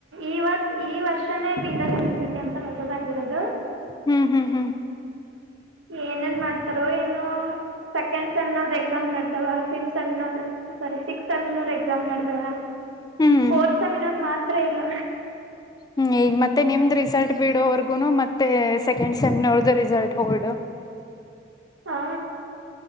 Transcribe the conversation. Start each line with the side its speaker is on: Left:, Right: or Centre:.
Right: ಈವತ್ ಈ ವರ್ಷನೇ ಬೀದರ್ ಯನಿವರ್ಸಿಟಿ ಅಂತ ಹೊಸದಾಗಿರೋದು
Left: ಹ್ಮ್ ಹ್ಮ್ ಹ್ಮ್
Right: ಏನೇಏನ್ ಮಾಡ್ತಾರೋ ಏನೋ ಸೆಕೆಂಡ್ ಸೆಮಿನೋರ್ ಎಕ್ಸಾಮ್ ನಡದವ ಫಿಫ್ ಸೆಮಿನೋರ್ ಸಾರಿ ಸಿಕ್ಸ್ತ್ ಸೆಮಿನೋರ್ ಎಕ್ಸಾಮ್ ನಡೆದವ
Left: ಹ್ಮ್
Right: ಫೋರ್ ಸೆಮಿನಾರ್ ಮಾತ್ರ ಇಲ್ಲ
Left: ಹ್ಮ್ ಈಗ ಮತ್ತೆ ನಿಮ್ದ್ ರಿಸಲ್ಟ್ ಬಿಡು ಅವರ್ಗ್ ಮತ್ತೆ ಸೆಕೆಂಡ್ ಸೆಮ್ ನ ಅವರ್್ದ ರಿಸಲ್ಟ್ ಹೊಡ್
Right: ಹಾ